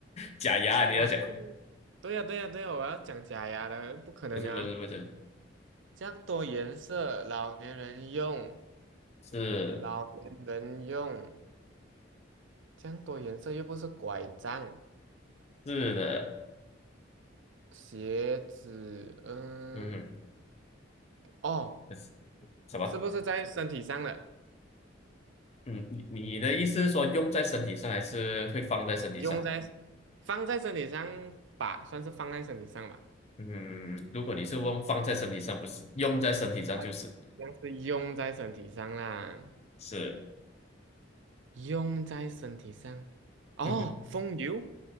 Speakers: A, on the left; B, on the right.
A: 假牙啊你要讲？
B: 哇，这么对呀、对呀、对呀、我要讲假牙的，不可能啊！
A: 不是不是不是，
B: 这样多颜色，老年人用，
A: 是
B: 老年人用，这样多颜色又不是拐杖、
A: 是的，
B: 鞋子，嗯，
A: 嗯，
B: 哦，
A: 不是什么？
B: 是不是在身体上的？
A: 嗯，你你的意思是说用在身体上，还是会放在身体上？
B: 用在放在身体上吧，算是放在身体上吧，
A: 嗯，如果你是问放在身体上，不是用在身体上，
B: 好
A: 就是
B: 像是用在身体上啦。
A: 是，
B: 用在身体上。哦，
A: 嗯哼，
B: 风油